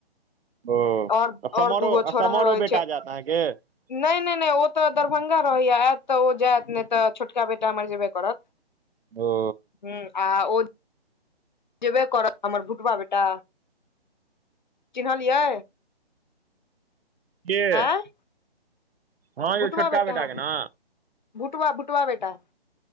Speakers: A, on the left; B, on the right.
A: <inaudible>
B: ओ
A: आओर
B: समरो
A: आओर दूगो छोड़हा
B: समरो
A: रहै छै।
B: <unintelligible>
A: नै-नै-नै ओ त दरभंगा रहैया, आएत त ओ जाएत नै त छोटका बेटा हमर जेबे करत।
B: <inaudible> ओ
A: हूँ आ ओ जेबे करत हमर भुटबा बेटा चिन्हलियै।
B: के
A: आँय
B: हँ यौ
A: भुटबा
B: छोटका
A: बेेटाह
B: बेटा के ने
A: भुटबा भुटबा बेेटा।